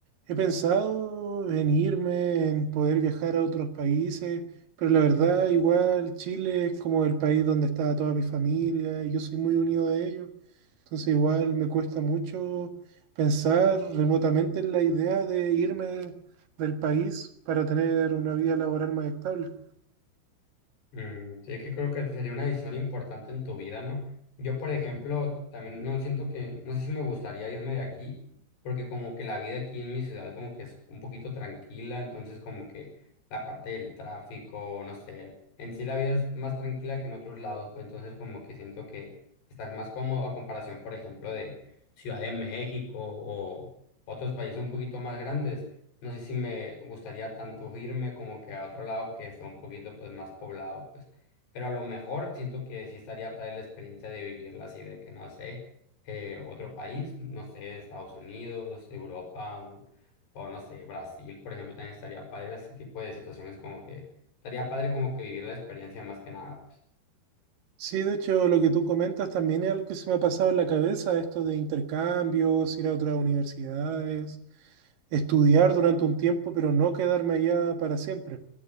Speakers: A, on the right (about 60°); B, on the left (about 80°).
A: he pensado en irme, en poder viajar a otros países, pero la verdad, igual Chile es como el país donde está toda mi familia y yo soy muy unido a ellos. Entonces, igual me cuesta mucho pensar remotamente en la idea de irme del país para tener una vida laboral más estable.
B: Mm, sí, que creo que sería una decisión importante en tu vida, ¿no? Yo, por ejemplo, también no siento que, no sé si me gustaría irme de aquí, porque como que la vida aquí en mi ciudad como que es un poquito tranquila, entonces como que la parte del tráfico, no sé, en sí la vida es más tranquila que en otros lados, pues entonces como que siento que estás más cómodo a comparación, por ejemplo, de Ciudad de México o otros países un poquito más grandes no sé si me gustaría tanto irme como que a otro lado que esté un poquito pues más poblado, pues. Pero a lo mejor siento que sí estaría para la experiencia de vivirla así, de que no sé, eh, otro país, no sé, Estados Unidos, Europa o, o no sé, Brasil, por ejemplo, también estaría padre ese tipo de situaciones como que estaría padre como que vivir la experiencia más que nada. pues.
A: Sí, de hecho, lo que tú comentas también es algo que se me ha pasado en la cabeza, esto de intercambios, ir a otras universidades. estudiar durante un tiempo, pero no quedarme allá para siempre,